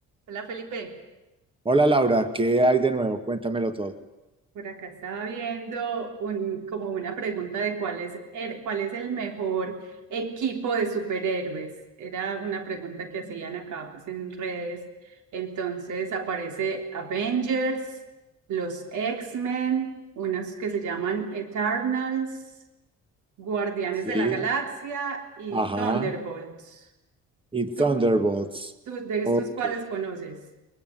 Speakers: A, on the right; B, on the right.
A: Hola Felipe,
B: Hola Laura, ¿qué hay de nuevo? Cuéntamelo todo.
A: Por acá estaba viendo un, como una pregunta de cuál es el, cuál es el mejor equipo de superhéroes. Era una pregunta que hacían acá pues en redes. Entonces aparece Avengers, los X-Men, unos que se llaman Eternals, Guardianes
B: Sí,
A: de la Galaxia y
B: ajá.
A: Thunderbolts.
B: Y
A: ¿Tú,
B: Thunderbolts.
A: tú de estos
B: Ok.
A: cuáles conoces?